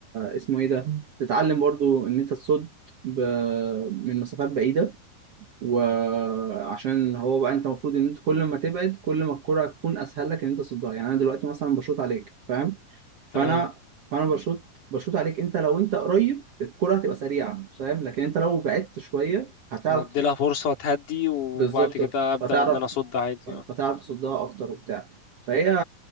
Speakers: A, on the right; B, on the left.
A: اسمه ايه ده تتعلم برضو ان انت تصد ب... من مسافات بعيده وعشان هو بقى انت المفروض ان انت كل ما تبعد كل ما الكرة تكون اسهل لك ان انت تصدها يعني انا دلوقتي مثلا بشوط عليك فاهم فانا
B: تمام
A: فانا بشوط بشوط عليك انت لو انت قريب الكرة هتبقى سريعة فاهم لكن انت لو بعدت شوية هتعرف
B: هدي لها فرصة تهدي وبعد
A: بالظبط
B: كده ابدا
A: فتعرف
B: ان انا اصد عادي اه
A: فتعرف تصدها اكتر وبتاع فهي